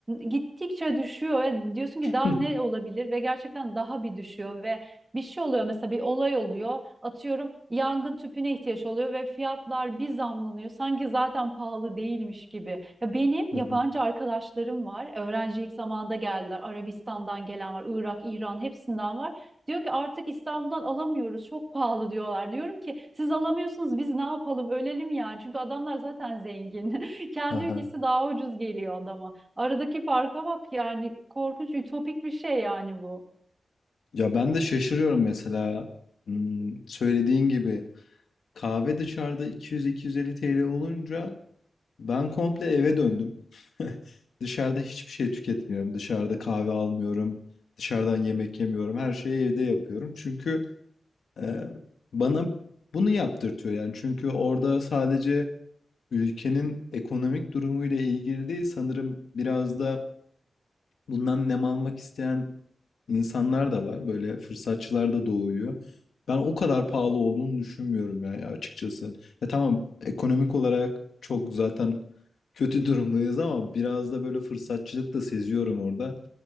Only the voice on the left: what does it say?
<laughs>
Hı hı.
Aha.
Ya ben de şaşırıyorum mesela Hmm, söylediğin gibi kahve dışarıda 200-250 TL olunca ben komple eve döndüm. <laughs> Dışarıda hiçbir şey tüketmiyorum. Dışarıda kahve almıyorum. Dışarıdan yemek yemiyorum. Her şeyi evde yapıyorum. Çünkü e, bana bunu yaptırtıyor yani. Çünkü orada sadece ülkenin ekonomik durumuyla ilgili değil sanırım biraz da Bundan nem almak isteyen insanlar da var. Böyle fırsatçılar da doğuyor. Ben o kadar pahalı olduğunu düşünmüyorum yani açıkçası. E tamam ekonomik olarak çok zaten kötü <laughs> durumdayız ama biraz da böyle fırsatçılık da seziyorum orada.